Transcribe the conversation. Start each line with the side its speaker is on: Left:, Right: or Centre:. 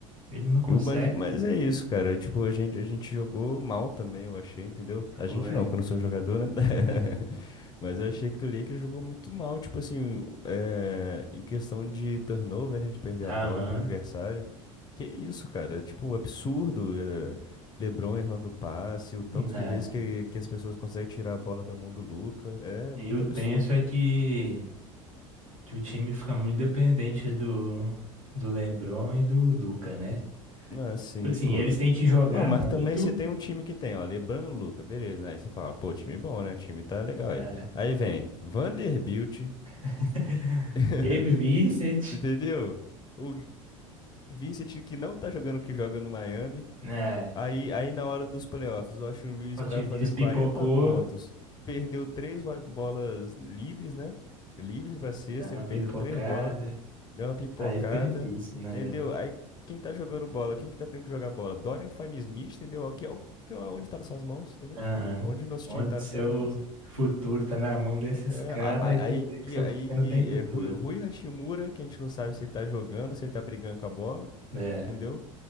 Right: ele não consegue.
Left: E o- Mas, mas é isso, cara. Tipo, a gente, a gente jogou mal também, eu achei, entendeu? A
Right: Foi.
Left: gente não, que eu não sou jogador, né? <laughs>
Right: <laughs>
Left: Mas eu achei que o Lakers jogou muito mal, tipo assim, é, em questão de turnover, né? De perder a
Right: Aham.
Left: bola pro adversário. Que isso, cara? Tipo, um absurdo. é, LeBron errando passe, o tanto
Right: né.
Left: de vezes que, que as pessoas conseguem tirar a bola da mão do Luca. É
Right: E
Left: muito
Right: o
Left: absurdo.
Right: tenso é que, que o time fica muito dependente do, do LeBron e do Luca, né?
Left: Ah, sim,
Right: Tipo Assim,
Left: pô.
Right: eles têm que jogar
Left: Não, mas
Right: muito.
Left: também você tem um time que tem, ó, LeBron e Luca beleza, né? Aí você fala, pô, time bom, né? Time tá legal aí.
Right: né?
Left: Aí vem Vanderbilt,
Right: <laughs>
Left: <laughs>
Right: Gabe Vincent,
Left: entendeu? O Vincent que não tá jogando o que joga no Miami.
Right: né?
Left: Aí, aí na hora dos playoffs, o Austin Reeves
Right: Hot
Left: que tava
Right: Wheels
Left: fazendo
Right: pipocou,
Left: 40 pontos, perdeu três bo- bolas livres, né? Livres pra sexta,
Right: dando uma
Left: ele perdeu
Right: pipocada.
Left: três bolas. Deu uma pipocada,
Right: Aí fica difícil, né,
Left: entendeu?
Right: velho?
Left: Aí quem tá jogando bola, quem que tá tendo que jogar bola? Dorian Finney-Smith, entendeu? É O que, é o que, é onde tá nessas mãos, entendeu?
Right: Aham.
Left: Onde nosso
Right: Onde
Left: time tá
Right: seu
Left: nessas mãos.
Right: futuro tá na mão desses
Left: É,
Right: caras
Left: a- a-
Right: e você
Left: aí
Right: vê que seu futuro
Left: aí
Right: não tem futuro.
Left: é Rui, Rui Hashimura, que a gente não sabe se ele tá jogando, se ele tá brigando com a bola,
Right: É,
Left: entendeu?